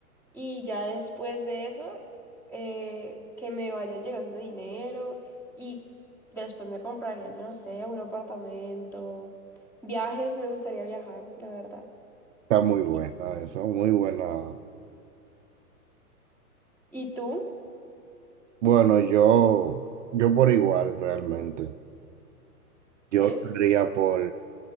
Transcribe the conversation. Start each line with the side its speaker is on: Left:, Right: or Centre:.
Centre: Y ya después de eso, eh, que me vaya llegando dinero. Y Después me compraría, yo no sé, un apartamento. Viajes, me gustaría viajar, la verdad.
Right: Está muy bueno
Centre: ¿Y,
Right: eso, muy buena.
Centre: y tú?
Right: Bueno, yo, yo por igual realmente. Yo
Centre: Sí.
Right: optaría por